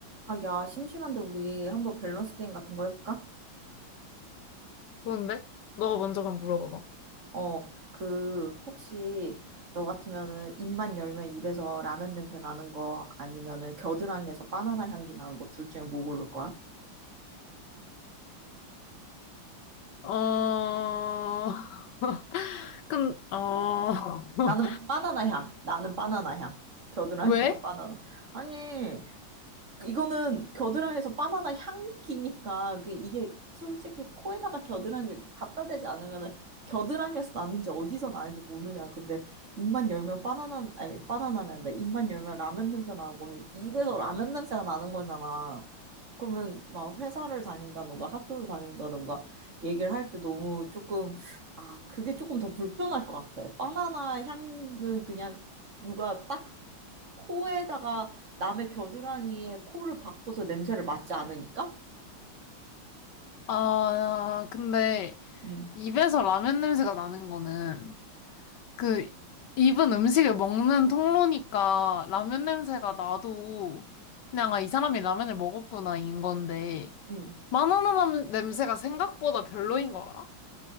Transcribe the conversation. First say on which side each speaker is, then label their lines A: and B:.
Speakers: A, on the right (about 40°); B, on the left (about 70°).
A: 아, 야, 심심한데 우리 한번 밸런스 게임 같은 거 해볼까?
B: 좋은데? 너가 먼저 그럼 물어봐봐.
A: 어, 그, 혹시 너 같으면은 입만 열면 입에서 라면 냄새 나는 거 아니면은 겨드랑이에서 바나나 향기 나는 거 둘 중에 뭐 고를 거야?
B: 어, <laughs> 근, 어, <laughs>
A: 나는 바나나 향. 나는 바나나 향. 겨드랑이에서
B: 왜?
A: 바나나. 아니, 이거는 겨드랑이에서 바나나 향기니까 그 이게 솔직히 코에다가 겨드랑이 이렇게 갖다 대지 않으면은 겨드랑이에서 나는지 어디서 나는지 모르잖아. 근데 입만 열면 바나나 아니 바나나란다. 입만 열면 라면 냄새 나고는 입에서 라면 냄새가 나는 거잖아. 그러면 막 회사를 다닌다던가 학교를 다닌다던가 얘기를 할 때 너무 조금 아 그게 조금 더 불편할 것 같아. 바나나 향은 그냥 누가 딱 코에다가 남의 겨드랑이에 코를 박고서 냄새를 맡지 않으니까?
B: 아, 근데
A: 음.
B: 입에서 라면 냄새가 나는 거는 그 입은 음식을 먹는 통로니까 라면 냄새가 나도 그냥 아, 이 사람이 라면을 먹었구나 인 건데
A: 응.
B: 마나나 남- 냄새가 생각보다 별로인 거 알아?